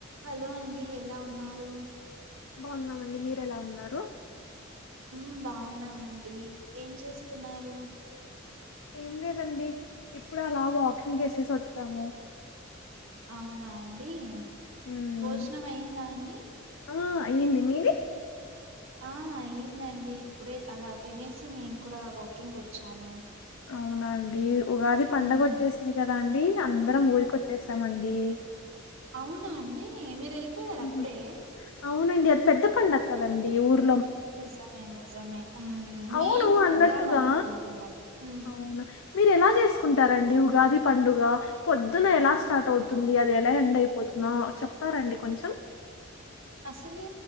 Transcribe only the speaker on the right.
హలో అండి ఎలా ఉన్నారు?
ఊమ్ బాగున్నామండి ఏం చేస్తున్నారు?
అవునా అండి
భోజనం అయిందా అండి?
ఆ అయిందండి ఇప్పుడే అలా తినేసి నేను కూడా వాకింగ్ కొచ్చాను.
మ్మ్
అవునా అండి మీరెల్ పోయారా
అప్పుడే
నిజమే నిజమే హామ్
మేం కూడా
వద్దాం అనుకుంటున్నాం మ్
అసలు